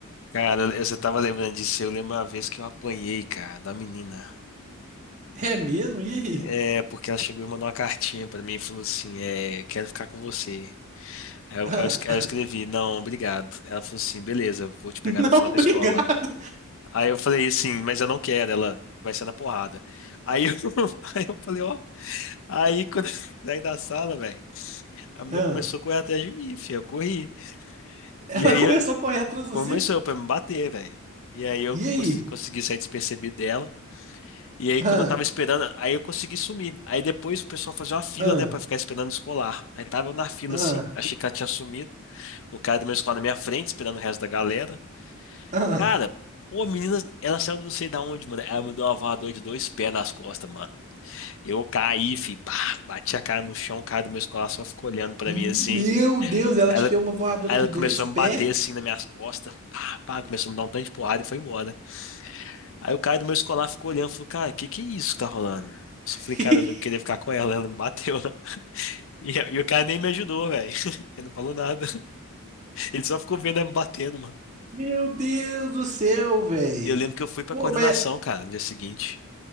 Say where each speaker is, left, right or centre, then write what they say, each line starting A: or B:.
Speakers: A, on the left; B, on the right.
A: Cara, eu só tava lembrando disso. Eu lembro uma vez que eu apanhei, cara, da menina.
B: É mesmo? E aí?
A: É, porque ela chegou e mandou uma cartinha pra mim e falou assim: é, quero ficar com você. É, Eu,
B: Ah,
A: eu, es- eu escrevi, não, obrigado. Ela falou assim, beleza, vou te pegar
B: <laughs>
A: no
B: não,
A: final
B: obrigado.
A: da escola. Aí eu falei assim, mas eu não quero, ela vai ser na porrada. Aí eu, <laughs> aí eu falei, ó, aí quando <laughs> saí da sala, velho, a menina
B: Ah,
A: começou a correr atrás de mim, filho, eu corri.
B: ela
A: E aí
B: começou
A: eu,
B: a correr atrás de
A: começou
B: você?
A: pra me bater, velho. E aí eu
B: E aí?
A: cons- consegui sair despercebido dela. E aí
B: Ah,
A: quando eu tava esperando, aí eu consegui sumir. Aí depois o pessoal fazia uma fila,
B: ah,
A: né, pra ficar esperando escolar. Aí tava eu na fila
B: ah,
A: assim, achei que ela tinha sumido. O cara do meu escolar na minha frente, esperando o resto da galera.
B: ah.
A: Cara, pô, a menina, ela saiu não sei da onde, mano. Ela me deu uma voadora de dois pés nas costas, mano. Eu caí, fi, pá, bati a cara no chão, o cara do meu escolar só ficou olhando pra
B: Meu
A: mim assim.
B: Deus, ela
A: Ela,
B: te deu uma voadora
A: aí
B: de
A: ela
B: dois
A: começou
B: pés?
A: a me bater assim nas minhas costas, pá, pá, começou a me dar um tanto de porrada e foi embora. Aí o cara do meu escolar ficou olhando e falou, cara, que que é isso que tá rolando? Eu
B: <laughs>
A: falei, cara, eu não queria ficar com ela, ela me bateu, <laughs> né? E, e o cara nem me ajudou, velho. <laughs> Ele não falou nada. Ele só ficou vendo ela me batendo, mano.
B: Meu Deus do céu, véi.
A: E eu lembro que eu fui pra
B: Pô,
A: coordenação,
B: mas
A: cara, no dia seguinte.